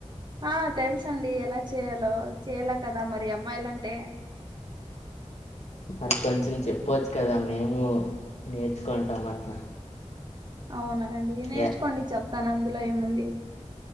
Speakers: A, on the right; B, on the left.
A: ఆ తెలుసు అండి ఎలా చేయాలో చేయాల కదా మరి అమ్మాయిలు అంటే
B: మరి కొంచెం చెప్పవచ్చు కదా మేము నేర్చుకుంటాం అట్లా
A: అవునా అండి నేర్చుకోండి
B: యా
A: చెప్తాను అందులో ఏముంది